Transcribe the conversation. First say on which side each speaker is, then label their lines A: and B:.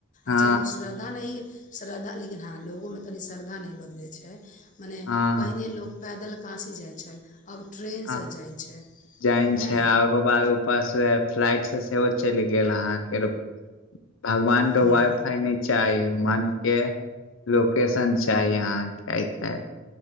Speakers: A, on the left; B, on the left.
A: हँ
B: अजकल ओ श्रद्धा नहि श्रद्धा लेकिन हँ लोगोमे तनी श्रद्धा नै बदलै छै मने
A: हँ
B: पहिने लोक पैदल काशी जाइ छल आब ट्रेनसँ
A: हँ
B: जाइ छै
A: जाइन
B: हँ
A: <unintelligible> ऊपर फ्लाइट से सेहो चलि गेल अहाँके भगवानके
B: हूँ
A: वाइफाइ नै चाही मनके लोकेशन चाही आहाँके आइ काइल